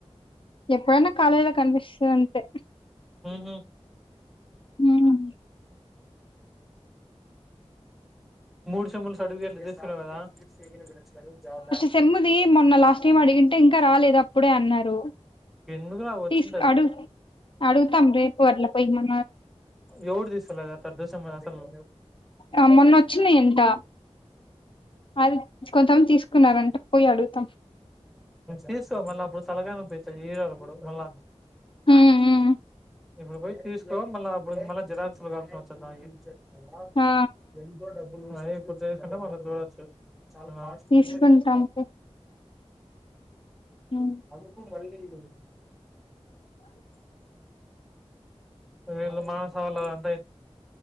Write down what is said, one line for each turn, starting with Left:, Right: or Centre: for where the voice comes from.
Left: ఎప్పుడైనా కాలేజీలో కనిపిస్తది అంతే
Centre: హు
Left: ఉమ్.
Centre: మూడు చెంబుల సర్టిఫికేట్లు తీసుకున్నావు కదా ధనుం జబా
Left: సెమ్ము ది మొన్న లాస్ట్ టైం అడిగింటే ఇంకా రాలేదు అప్పుడే అన్నారు
Centre: ఎందుకురా వచ్చింటది
Left: టిస్ అడుగు అడుగుతాం రేపు అట్లా పోయి మో
Centre: ఎవడు తీసుకెళ్లలేదా పెద్ద సేమ్ అసలు
Left: ఆ మొన్న వచ్చినయ్ అంట అది కొత్తం తీసుకున్నారంట పోయి అడుగుతాం
Centre: చేస్తావా మల్ల ఆ తలకాయ నొప్పి అయితది ఇయరు మల్ల
Left: ఉమ్, ఉమ్.
Centre: ఇప్పుడు పోయి తీసుకో మల్ల అప్పుడు మల్ల జిరాక్స కడ్తా ఆ ఏం చేయడం మల్ల
Left: ఆ
Centre: ఇంట్లో డబ్బు అయ్యే ఇప్పుడు చేసుకుంటా మల్ల చూడచ్చు చాలా లాస్ట్
Left: తీసుకుంటాం
Centre: హ్మ్
Left: పో. ఉమ్.
Centre: అందుకు మళ్ళీ ఇ వీళ్లు మాస్ హౌలగం